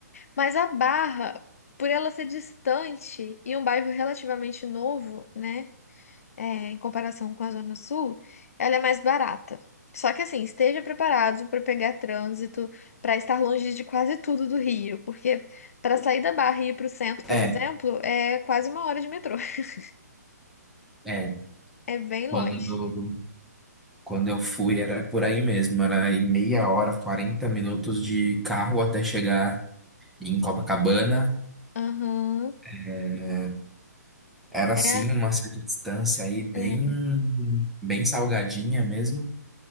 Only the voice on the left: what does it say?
Mas a Barra, por ela ser distante e um bairro relativamente novo, né? é, em comparação com a Zona Sul, ela é mais barata. Só que assim, esteja preparado para pegar trânsito, para estar longe de quase tudo do Rio, porque para sair da Barra e ir para o centro, por
exemplo, é quase uma hora de metrô. <laughs>
É bem
longe.
Aham.
É,
é.